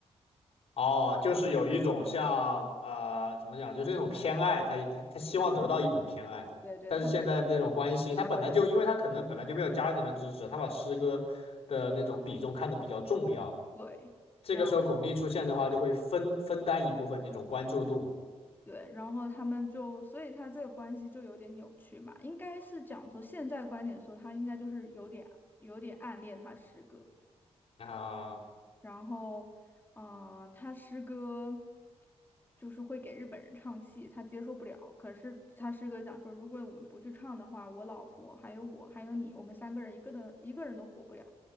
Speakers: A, on the left; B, on the left.
A: 哦，就是有一种像呃，怎么讲，就是那种偏爱，他他他希望得到一种偏爱，
B: 对对，
A: 但是现在这种关系，
B: 他
A: 他本来就因为他可能本来就没有家人的支持，他把师哥的那种比重看得比较重要，
B: 对，
A: 这个时候巩俐出现的话，
B: 然后
A: 就会分分担一部分这种关注度
B: 对，然后他们就，所以他这个关系就有点扭曲嘛，应该是讲说现在观点说他应该就是有点有点暗恋他师哥。
A: 啊。
B: 然后，呃，他师哥就是会给日本人唱戏，他接受不了。可是他师哥讲说，如果我们不去唱的话，我老婆还有我还有你，我们三个人一个都一个人都活不了。